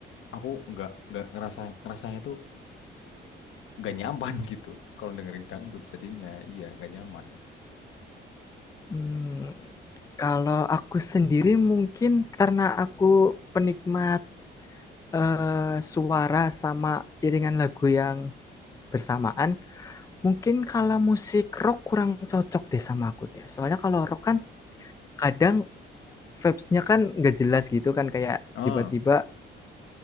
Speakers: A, on the left (about 80°); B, on the left (about 15°).
A: aku nggak nggak ngerasa ngerasanya tuh nggak nyaman <laughs> gitu kalau dengerin dangdut jadinya iya nggak nyaman
B: Hmm, kalau aku sendiri mungkin karena aku penikmat eh, suara sama iringan lagu yang bersamaan, mungkin kalau musik rock kurang cocok deh sama aku deh. Soalnya kalau rock kan kadang vibes-nya kan nggak jelas gitu kan kayak
A: ah
B: tiba-tiba